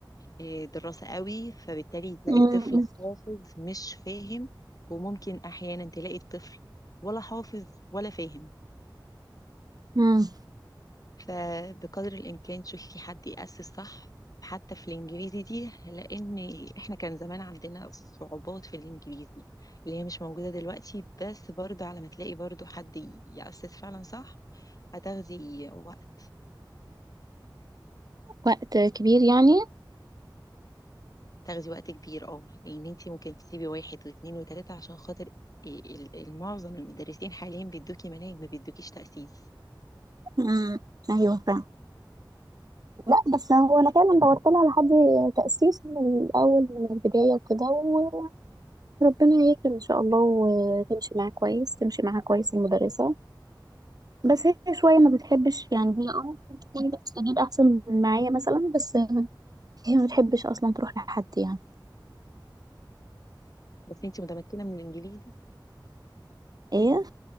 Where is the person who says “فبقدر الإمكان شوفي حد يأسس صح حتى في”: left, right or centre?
Left